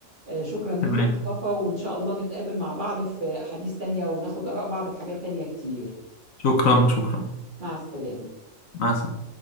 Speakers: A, on the right; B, on the left.
A: آه، شكرا ليك
B: تمام
A: يا مصطفى وإن شاء الله نتقابل مع بعض في أحاديث تانية وناخد آراء بعض في حاجات تانية كتير
B: شكرا شكرا
A: مع السلامة
B: مع السلامة